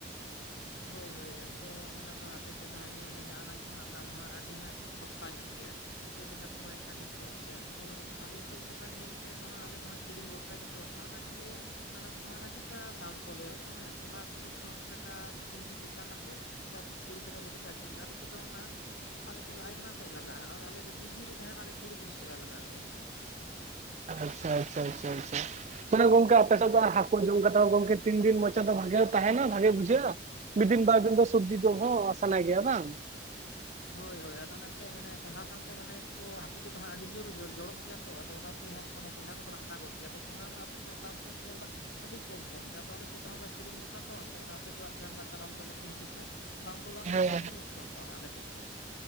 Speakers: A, on the left; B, on the right.
A: ᱦᱳᱭ-ᱦᱳᱭ, ᱟᱫᱚ ᱚᱱᱟ ᱠᱚ ᱟᱯᱮ ᱥᱮᱜ ᱫᱚ ᱦᱟᱸᱜ, ᱧᱮᱞ ᱫᱤᱧ ᱦᱟᱸᱜ, ᱟᱱᱟᱡᱽ ᱠᱚᱱᱟᱜ ᱫᱟᱢ ᱫᱚ ᱦᱟᱸᱜ, ᱟᱰᱤ ᱦᱟᱸᱜ ᱥᱚᱥᱛᱟ ᱧᱚᱜ ᱜᱮᱭᱟ! ᱥᱮ ᱯᱮ ᱪᱟᱥ ᱵᱟᱲᱟᱭᱮᱫ ᱛᱮ ᱟᱰᱤ ᱠᱚᱢ ᱜᱮᱭᱟ ᱛᱚ ᱟᱞᱮᱥᱮᱡ ᱱᱚᱠᱟ ᱧᱮᱞ ᱞᱮᱠᱷᱟᱡ ᱫᱚ ᱦᱟᱸᱜ, ᱟᱞᱮ ᱫᱚ ᱦᱟᱸᱜ ᱠᱤᱨᱤᱧ ᱵᱷᱚᱨᱥᱟ ᱜᱮᱛᱚ! ᱛᱟᱦᱟᱱᱟᱜ ᱜᱮ ᱟᱱᱟᱪ ᱠᱚᱦᱟᱸᱜ ᱟᱹᱰᱤᱴᱟ ᱫᱟᱢ ᱠᱚ ᱞᱟᱹᱭᱟ, ᱦᱚᱭᱛᱳ ᱢᱟᱭᱟᱝ ᱠᱚᱸᱰᱷᱟ ᱟᱯᱮ ᱥᱮᱡ ᱫᱚᱥ ᱴᱟᱠᱟ ᱥᱮ ᱛᱤᱱ ᱠᱤᱡᱽ ᱪᱮᱛᱟᱱ ᱱᱟᱜ ᱜᱮ ᱥᱟᱛ, ᱠᱩᱲᱤ ᱴᱟᱠᱟ ᱠᱚᱛᱮ ᱯᱮ ᱟᱹᱠᱷᱨᱤᱧ ᱫᱟ! ᱟᱞᱮ ᱥᱮᱡ ᱫᱚ ᱚᱱᱟ ᱟᱞᱮᱥᱮᱡ ᱫᱚ ᱟᱭᱢᱟ ᱠᱚᱡ ᱞᱟᱜᱟᱜᱼᱟ ᱟᱨ ᱟᱞᱮ ᱫᱚ, ᱠᱤᱡᱤ ᱨᱮᱜᱮ ᱦᱟᱸᱜ ᱟᱞᱮ ᱠᱩᱲᱤ, ᱛᱤᱨᱤᱥ ᱴᱟᱠᱟ ᱞᱟᱜᱟᱣ ᱞᱮᱭᱟ ᱦᱟᱸᱜ!
B: ᱟᱪᱪᱷᱟ-ᱪᱷᱟ-ᱪᱷᱟ-ᱪᱷᱟ! ᱛᱟᱞᱮ ᱜᱚᱝᱠᱮ, ᱟᱯᱮ ᱥᱮᱜ ᱫᱚ ᱟ ᱦᱟᱠᱳ ᱡᱚᱢ ᱠᱟᱛᱮ ᱦᱚ, ᱜᱚᱝᱠᱮ ᱛᱤᱱ ᱫᱤᱱ ᱢᱚᱪᱟ ᱫᱚ ᱵᱷᱟᱜᱮ ᱛᱟᱦᱮᱱᱟ, ᱵᱷᱟᱜᱮ ᱵᱩᱡᱷᱟᱹᱜᱼᱟ? ᱢᱤ ᱫᱤᱱ, ᱵᱟᱨ ᱫᱤᱱ ᱫᱚ ᱥᱚᱵᱽᱡᱤ ᱡᱚᱢ ᱦᱚᱸ ᱥᱟᱱᱟ ᱜᱮᱹᱭᱟ ᱵᱟᱝ?
A: ᱦᱳᱭ-ᱦᱳᱭ, ᱟᱫᱚ ᱱᱟᱛᱮ ᱢᱟᱱᱮ, ᱠᱚᱸᱰᱷᱟ ᱥᱟᱶᱛᱮ ᱢᱟᱱᱮ ᱦᱟᱠᱩ ᱠᱚᱫᱚ ᱦᱟᱸᱜ, ᱟᱹᱰᱤ ᱡᱳᱨ-ᱡᱳᱨ ᱡᱚᱲᱚᱜ ᱜᱮᱭᱟ! ᱛᱚ ᱟᱫᱚ ᱚᱱᱛᱮ ᱦᱟᱸᱜ ᱢᱟᱱᱮ ᱠᱚᱸᱰᱷᱟ ᱠᱚᱫᱚᱞᱮ ᱦᱟᱛᱟᱣ ᱜᱚᱫ ᱜᱮᱭᱟ᱾ ᱟᱫᱚ ᱠᱚᱸᱰᱟ ᱨᱮᱱᱟᱜ ᱟᱯᱮᱥᱮᱱᱟᱜ ᱫᱟᱢ ᱫᱚᱹᱧ ᱧᱮᱞ ᱫᱟ ᱟᱹᱰᱤ ᱠᱚᱢ-ᱠᱚᱢ ᱛᱮ ᱟᱫᱚ ᱟᱞᱮ ᱥᱮᱜ ᱫᱚ ᱦᱟᱸᱜ ᱞᱮ ᱠᱤᱨᱤᱧ ᱵᱷᱚᱨᱥᱟ ᱛᱚ ᱥᱮ ᱚᱱᱟ ᱟᱯᱮ ᱠᱚᱣᱟᱜ ᱜᱮ ᱡᱟᱦᱟᱸ ᱚᱱᱠᱟ ᱪᱟᱱᱟᱞ ᱪᱟᱞᱚᱢ ᱛᱮ ᱦᱤᱡᱩᱜ ᱛᱮ ᱫᱟᱢ ᱠᱚᱫᱚ ᱶᱟᱜ ᱠᱟᱴᱤᱜ
B: ᱦᱮᱸ
A: ᱵᱟᱲᱛᱤ ᱧᱚᱜ ᱠᱚ ᱦᱟᱛᱟᱣᱟ ᱦᱟᱸᱜ ᱟᱞᱮᱥᱮᱡ ᱫᱚ᱾